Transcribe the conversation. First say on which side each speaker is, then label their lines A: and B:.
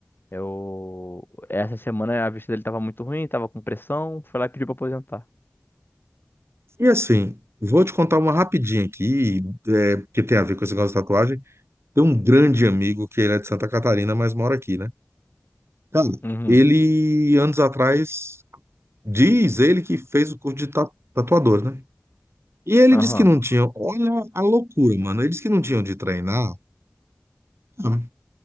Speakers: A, on the left; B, on the right.
A: eu. Essa semana a vista dele tava muito ruim, tava com pressão, foi lá e pediu pra aposentar.
B: e assim, vou te contar uma rapidinha aqui, é, que tem a ver com esse negócio de tatuagem. Tem um grande amigo que ele é de Santa Catarina, mas mora aqui, né? Cara,
A: Uhum,
B: Ele, anos atrás, diz ele que fez o curso de ta- tatuador, né? E ele
A: aham,
B: disse que não tinha, olha a loucura, mano. Ele disse que não tinha de treinar, ah,